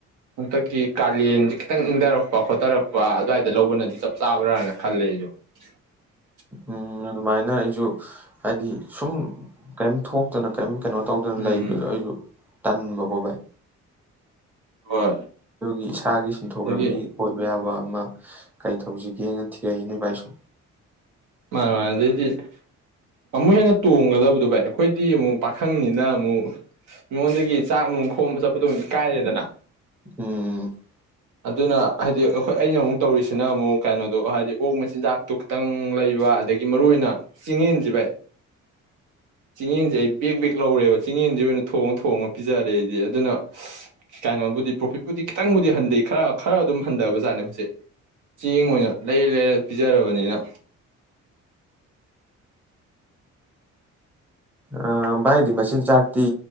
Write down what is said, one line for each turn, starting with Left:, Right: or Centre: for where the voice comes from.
Right: ꯍꯣꯡꯇꯛꯀꯤ ꯀꯥꯂꯦꯟꯁꯦ ꯈꯤꯇꯪ ꯏꯪꯊꯔꯛꯄ ꯈꯣꯊꯔꯛꯄ ꯑꯗꯨꯋꯥꯏꯗ ꯂꯧꯕꯅꯗꯤ ꯆꯞ ꯆꯥꯕ꯭ꯔꯥꯅ ꯈꯜꯂꯦ ꯑꯩꯁꯨ <unintelligible>
Centre: ꯎꯝ ꯑꯗꯨꯃꯥꯏꯅ ꯑꯩꯁꯨ ꯍꯥꯏꯗꯤ ꯁꯨꯝ ꯀꯔꯤꯝ ꯊꯣꯛꯇꯅ ꯀꯔꯤꯝ ꯀꯩꯅꯣ ꯇꯧꯗꯅ
Right: ꯎꯝ
Centre: ꯂꯩꯕꯗꯣ ꯑꯩꯁꯨ ꯇꯟꯕꯀꯣ ꯚꯏ
Right: ꯍꯣꯏ
Centre: ꯑꯗꯨꯒꯤ ꯏꯁꯥꯒꯤ ꯁꯦꯟꯊꯣꯛ
Right: ꯑꯗꯒꯤ
Centre: ꯂꯝꯕꯤ ꯑꯣꯏꯕ ꯌꯥꯕ ꯀꯩ ꯇꯧꯁꯤꯒꯦꯅ ꯊꯤꯔꯛꯏ ꯅꯣꯏ ꯚꯥꯏ ꯁꯣ
Right: ꯃꯥꯅꯦ ꯃꯥꯅꯦ ꯑꯗꯩꯗꯤ ꯑꯃꯨꯛ ꯍꯦꯟꯅ ꯇꯣꯡꯒꯗꯕꯗꯣ ꯚꯥꯏ ꯑꯩꯈꯣꯏꯗꯤ ꯑꯃꯨꯛ ꯄꯥꯈꯪꯅꯤꯅ ꯑꯃꯨꯛ ꯃꯤꯉꯣꯟꯗꯒꯤ ꯆꯥꯛ ꯅꯨꯡ ꯈꯣꯝꯕ ꯆꯠꯄꯗꯣꯛ ꯏꯀꯥꯏꯔꯦꯗꯅ
Centre: ꯎꯝ
Right: ꯑꯗꯨꯅ ꯍꯥꯏꯗꯤ ꯑꯩꯈꯣꯏ ꯑꯩꯅ ꯑꯃꯨꯛ ꯇꯧꯔꯤꯁꯤꯅ ꯑꯃꯨꯛ ꯀꯩꯅꯣꯗꯣ ꯍꯥꯏꯗꯤ ꯑꯣꯛ ꯃꯆꯤꯟꯖꯥꯛꯇꯣ ꯈꯤꯇꯪ ꯂꯩꯕ ꯑꯗꯒꯤ ꯃꯔꯨꯑꯣꯏ ꯑꯣꯏꯅ ꯆꯦꯡꯌꯦꯟꯁꯦ ꯚꯥꯏ ꯆꯦꯡꯌꯦꯦꯟꯁꯦ ꯑꯩ ꯕꯦꯛ ꯕꯦꯛ ꯂꯧꯔꯦꯕ ꯆꯤꯡꯌꯦꯦꯟꯁꯦ ꯑꯣꯏꯅ ꯊꯣꯡꯉ ꯊꯣꯡꯉ ꯄꯤꯖꯔꯦ ꯑꯩꯗꯤ ꯑꯗꯨꯅ ꯀꯥꯏꯅꯣꯕꯨꯗꯤ ꯄ꯭ꯔꯣꯐꯤꯠꯄꯨꯗꯤ ꯈꯤꯇꯪꯕꯨꯗꯤ ꯍꯟꯊꯩ ꯈꯔ ꯈꯔ ꯑꯗꯨꯝ ꯍꯟꯊꯕꯖꯥꯠꯅꯦ ꯍꯧ ꯆꯌꯦ ꯑꯣꯏꯅ ꯂꯩꯔ ꯂꯩꯔ ꯄꯤꯖꯔꯕꯅꯤꯅ
Centre: ꯑ ꯚꯥꯏꯗꯤ ꯃꯆꯤꯟꯖꯥꯛꯇꯤ